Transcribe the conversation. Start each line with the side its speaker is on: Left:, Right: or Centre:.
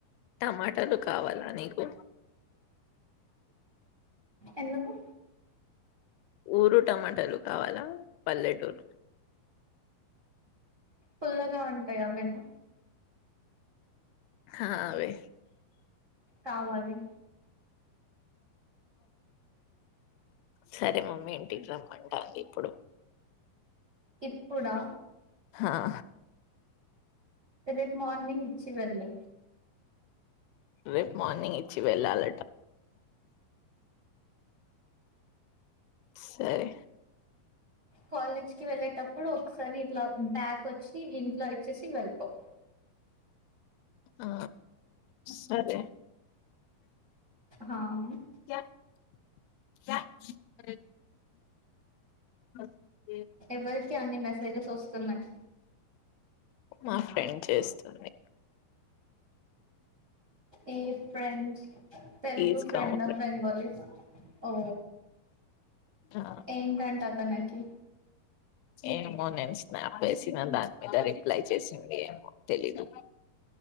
Left: టమాటాలు కావాలా నీకు
Right: ఎందుకు
Left: ఊరు టమాటాలు కావాలా పల్లెటూరు
Right: ఫుల్లగా ఉంటాయి అవేనా
Left: హా అవే
Right: కావాలి
Left: సరే మమ్మీ ఇంటికి రమ్మంటంది ఇప్పుడు
Right: ఇప్పుడా
Left: ఆా
Right: రేపు మార్నింగ్ ఇచ్చి వెళ్ళు
Left: రేపు మార్నింగ్ ఇచ్చి వెళ్ళాలట సరే
Right: కాలజ్ కి వెళ్ళటప్పుడు ఒకసారి ఇట్లా బ్యాక్ వచ్చి ఇంట్లా ఇచ్చేసి వెళ్ళిపోం
Left: ఆ సరే
Right: అ
Left: క అ
Right: ఎవర్ కి అన్ని మెసేజెస్ వస్తున్నాయి
Left: మా ఫ్రెండ్ చేస్తుంది
Right: ఏ friend Telugu
Left: is
Right: friend
Left: come
Right: ఆ బెంగాాలీ ఓ
Left: ఆ
Right: ఏం టంటా తనక్ కి
Left: ఏమో నేను స్నాప్ వేసినా దాని మీద రిప్లై చేసింది ఏమో తెలీదు